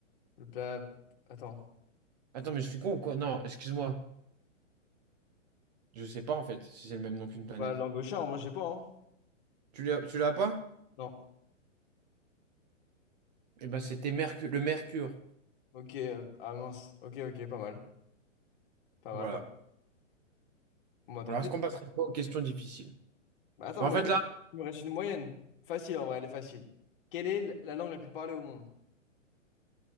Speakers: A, on the left; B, on the right.
A: Le plat. Attends.
B: Attends, mais je suis con ou quoi? Non, excuse-moi. Je sais pas en fait si c'est le même nom qu'une planète.
A: Bah, l'angochard, moi, je sais pas, hein.
B: Tu l'as, tu l'as pas?
A: Non.
B: Eh ben c'était Mercure, le Mercure.
A: Ok, euh, ah mince. Ok, ok, pas mal. Pas
B: Voilà.
A: mal, pas mal. Bon, bah, tant
B: Alors
A: pis.
B: est-ce qu'on passerait pas aux questions difficiles?
A: Bah, attends,
B: Bah,
A: moi,
B: En fait là,
A: il me reste une moyenne. Facile, en vrai, elle est facile. Quelle est l- la langue la plus parlée au monde?